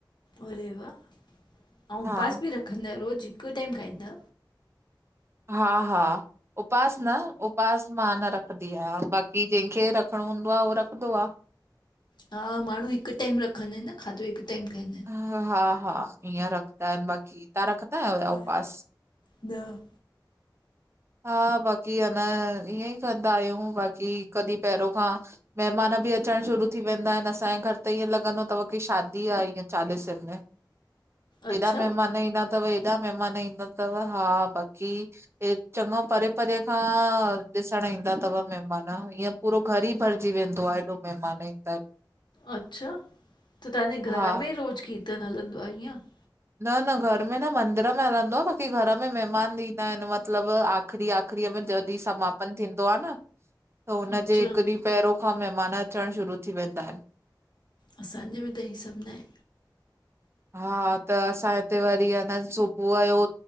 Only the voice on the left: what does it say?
अरेवााह ऐं उपास
बि रखंदा आहियो रोज़ु हिकु टाइम खाईंदा?
हा माण्हू हिकु टाइम रखंदा आहिनि न खाधो हिकु टाइम खाईंदा आहिनि।
हा
न।
अच्छा
अच्छा त तव्हांजे
घर में रोज़ु कीर्तन हलंदो आहे ईअं?
अच्छा
असांजे में त इहे सभु न आहे।